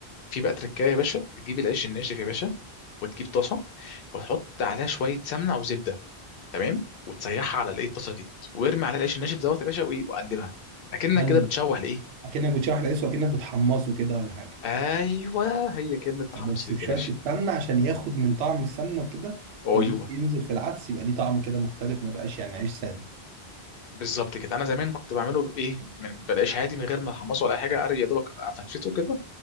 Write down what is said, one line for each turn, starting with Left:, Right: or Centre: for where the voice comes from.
Left: في بقى تركايه يا باشا تجيب العيش الناشف يا باشا وتجيب طاسه وتحط عليها شويه سمنه او زبده تمام وتسيحها على الايه الطاسه دي وارمي عليها العيش الناشف دوت يا باشا وايه وقلبها اكنك
Right: بامية
Left: كده بتشوح لايه
Right: أكنك بتشوح العيش وأكنك بتحمصه كده ولا حاجة
Left: ايوه هي كلمه تحمص
Right: بس
Left: دي
Right: بشوية
Left: يا باشا
Right: السمنة عشان ياخد من طعم السمنة وكده
Left: ايوه
Right: فاللي ينزل في العدس يبقى ليه طعم كده مختلف ما يبقاش يعني عيش سادة
Left: بالظبط كده انا زمان كنت بعمله بايه من بالعيش عادي من غير ما احمصه ولا اي حاجه أر- يا دوبك افتفته كده